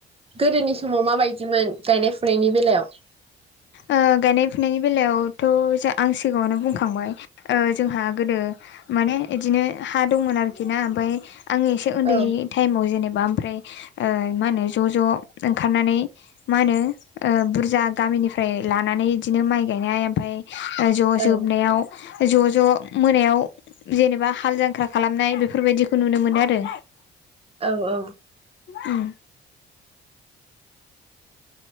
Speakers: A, on the right; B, on the left.
A: गोदोनि समाव माबायदिमोन? गायनाय फुनायनि बेलायाव?
B: ओ गायनाय फुनायनि बेलायावथ' आं सिगाङावनो बुंखांबाय। ओ जोंहा गोदो माने बिदिनो हा दंमोन आरोखि ना ओमफ्राय आं एसे उन्दै
A: औ
B: टाइमाव जेनेबा ओमफ्राय ओ मा होनो ज' ज' ओंखारनानै मा होनो ओ बुरजा गामिनिफ्राय फाय लानानै बिदिनो माइ गायनाय ओमफ्राय ज'
A: औ
B: जोबनायाव ज' ज' मोनायाव जेनेबा हाल जांख्रा खालामनाय बेफोरबायदिखौ नुनो मोनो आरो।
A: औ औ।
B: उम।